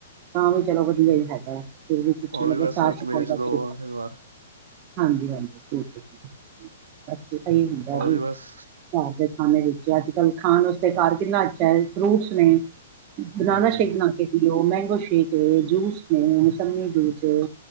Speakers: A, on the right; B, on the right.
A: ਤਾਂ ਵੀ ਚਲੋ। ਹੈਗਾ ਵੀ ਕੁਛ
B: ਉਹ
A: ਮਤਲਬ
B: ਬਸ
A: ਸਾਫ਼
B: ਇੱਕ
A: ਸਫਾਈ
B: ਮਹੀਨੇ ਚ
A: ਦਾ
B: ਦੋ
A: ਤ
B: ਵਾਰ ਵਾਰ
A: ਹਾਂਜੀ ਹਾਂਜੀ ਠੀਕ ਠੀਕ ਬਸ ਸਹੀ ਹੁੰਦਾ
B: ਉਹ
A: ਜੀ।
B: ਵੀ ਬਸ
A: ਘਰ ਦੇ ਖਾਨੇ ਵਿਚ ਅਜ ਕਲ ਖਾਣ ਉਸਦੇ ਘਰ ਕਿਨਾ ਅਛਾ ਹੈ। ਫਰੂਟਸ ਨੇ। ਬਨਾਨਾ
B: ਹਾਂਜੀ
A: ਸ਼ੇਕ ਬਣਾ ਕੇ ਪੀਓ ਮੈਂਗੋ ਸ਼ੇਕ ਹੈ, ਜੂਸ ਹੈ, ਮੋਸਮੀ ਜੂਸ ਹੈ।